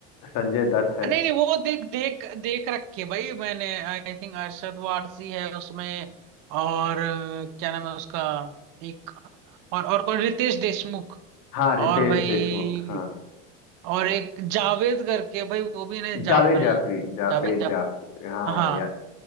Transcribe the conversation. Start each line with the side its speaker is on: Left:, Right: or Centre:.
Left: संजय दत्त है
Right: अ, नहीं नहीं वो देख देख देख रखी है भाई मैंने आई थिंक अरशद वारसी है उसमें और अ, क्या नाम है उसका एक और और कौन रितेश देशमुख
Left: हाँ रितेश
Right: और भाई
Left: देशमुख हाँ हाँ
Right: और एक जावेद करके भाई वो भी ना
Left: जावेद
Right: जाफरी
Left: जाफरी जावेद
Right: जावेद जा,
Left: जाफ हाँ
Right: हाँ
Left: यार